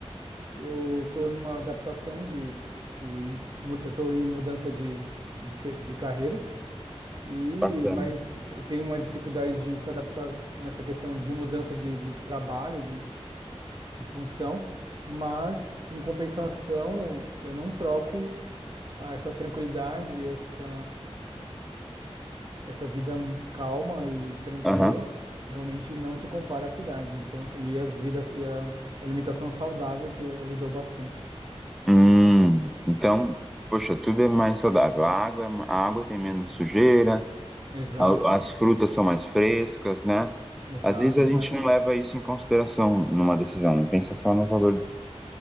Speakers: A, on the right (about 45°); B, in the centre.
A: eu estou numa adaptação de, de eu estou em mudança de, de, se- de carreira e
B: Bacana.
A: mas tenho uma dificuldade de se adaptar nessa questão de mudança de, de trabalho, de, de função, mas em compensação eu não troco ah, essa tranquilidade, essa essa vida calma e tranquila.
B: Aham.
A: Realmente não se compara à cidade, então, e as vidas e a alimentação saudável que ajudou bastante.
B: Hum, então, poxa, tudo é mais saudável. A água, é- a água tem menos sujeira,
A: Exato,
B: a- as frutas são mais frescas, né?
A: exato.
B: Às vezes a
A: Mas,
B: gente não leva isso em consideração numa decisão, né? Pensa só no valor